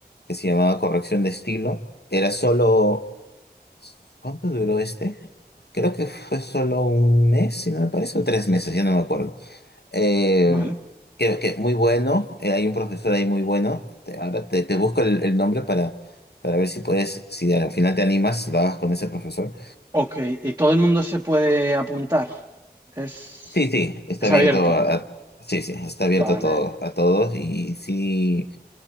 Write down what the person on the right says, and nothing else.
vale.
Ok, y todo el mundo se puede apuntar. Es,
es
abierto.
Vale.